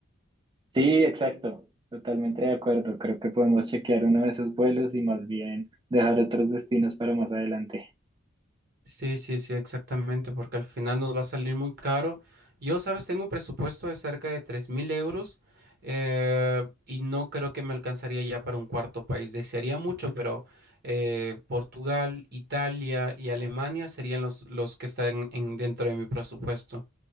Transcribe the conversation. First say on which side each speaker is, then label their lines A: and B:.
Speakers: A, on the right (about 20°); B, on the right (about 50°).
A: Sí, exacto. Totalmente de acuerdo. Creo que podemos chequear uno de esos vuelos y más bien dejar otros destinos para más adelante.
B: Sí, sí, sí, exactamente, porque al final nos va a salir muy caro. Yo, sabes, tengo un presupuesto de cerca de 3.000 euros eh, y no creo que me alcanzaría ya para un cuarto país. Desearía mucho, pero eh, Portugal, Italia y Alemania serían los, los que están en- dentro de mi presupuesto.